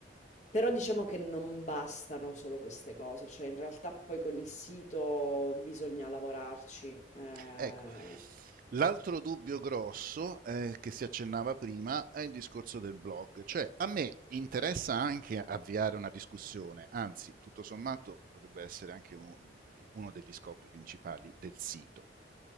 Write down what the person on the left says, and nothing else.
Però diciamo che non bastano solo queste cose, cioè in realtà poi con il sito bisogna lavorarci. eh.